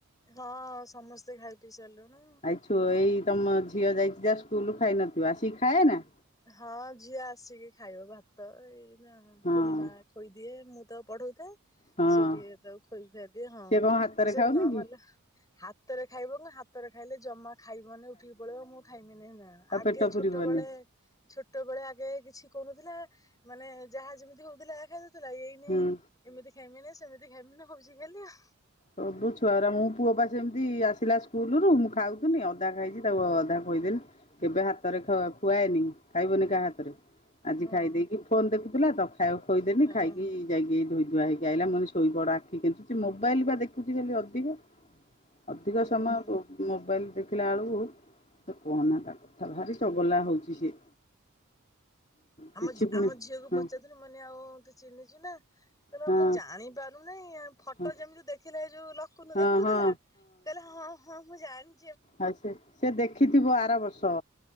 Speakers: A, on the left; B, on the left.
A: ହଁ ସମସ୍ତେ ଖାଇ ପିଇ ସାରିଲୁଣୁ।
B: ଆଇ ଛୁଅ ଏଇ ତମ ଝିଅ ଯାଇଛି ଯା ସ୍କୁଲରୁ ଖାଇନଥିବ ଆସିକ ଖାଏ ନା?
A: ହଁ ଝିଅ ଆସିକି ଖାଇବ ଭାତ ଏଇ
B: ହଁ
A: କୁନିମା ଖୋଇଦିଏ ମୁଁ ତ ପଢଉଥାଏ।
B: ହଁ
A: ସେ ଟିକେ ତାକୁ ଖୋଇ ଖୁଆଇ ଦିଏ ହଁ
B: ସିଏ
A: ଆଉ
B: କଣ ହାତରେ
A: ସେ
B: ଖାଉନି
A: ନହେଲେ
B: କି
A: ହାତରେ ଖାଇବ କଣ ହାତରେ ଖାଇଲେ ଜମା ଖାଇବନି ଉଠିକି ପଳେଇବ ମୁଁ ଖାଇବିନି ନା
B: ତା
A: ଆଗେ
B: ପେଟ
A: ଛୋଟବେଳେ
B: ପୁରିବନି
A: ଛୋଟ ବେଳେ ଆଗେ କିଛି କରୁଥିଲା ମାନେ ଯାହା ଯେମିତି ହଉଥିଲା ଖାଇ ଦୋ ଥିଲା ଏଇନେ
B: ହୁଁ
A: ଏମିତି ଖାଇମିିନି ସେମିତି ଖାଇମିନି ହଉଚି ଖାଲି ଆଉ।
B: ସବୁ ଛୁଆରା ଅରା ମୁଁ ପୁଅ ପା ଜେମିତି ଆସିଲା ସ୍କୁଲରୁ ମୁଁ ଖାଉଥିନି ଅଧା ଖାଇଛି ତାକୁ ଅଧା ଖୋଇଦେଲି। କେବେ ହାତରେ ଖୁଆଏନି ଖାଇବନି କାହା ହାତରେ।
A: ଆଉ
B: ଆଜି ଖାଇ ଦେଇେକି ଫୋନ ଦେଖୁଥିଲା ତ ଖା ଖୋଇଦେନି
A: ହଁ।
B: ଖାଇକି
A: ହଁ।
B: ଯାଇକି ଧୋଇ ଧୁଆ ହେଇକି ଆଇଲା ମୁଁ କହିଲି ଶୋଇପଡ଼ ଆଖି କେଞ୍ଚୁଚି ମୋବାଇଲ ବା ଦେଖୁଛି ଖାଲି ଅଧିକ। ଅଧିକ
A: ହୁଁ
B: ସମୟ
A: ହୁଁ
B: ମୋବାଇଲ୍ ଦେଖିଲା ବେଳକୁ ସେ କୁହନା ତା କଥା ଭାରି ଚଗଲା ହେଉଚି ସିଏ।
A: ଆମ
B: କିଛି ପୁଣି
A: ଆମ ଝିଅକୁ
B: ହଁ
A: ପଚାରୁଥିଲି ମାନେ ଆଉ ତୁ ଚିହ୍ନିଚୁ ନା? କହିଲା
B: ହଁ
A: ମୁଁ ଜାଣିପାରୁନି ଫଟୋ
B: ହଁ
A: ଯେମିତି ଦେଖିଲେ ଯୋଉ ଲକୁନୁ
B: ହଁ
A: ଦେଖୁ କହୁଥିଲା
B: ହଁ
A: କହିଲା ହଁ ହଁ ମୁଁ ଜାଣି
B: ଆ ସେ ସେ ଦେଖିଥିବ ଆରବର୍ଷ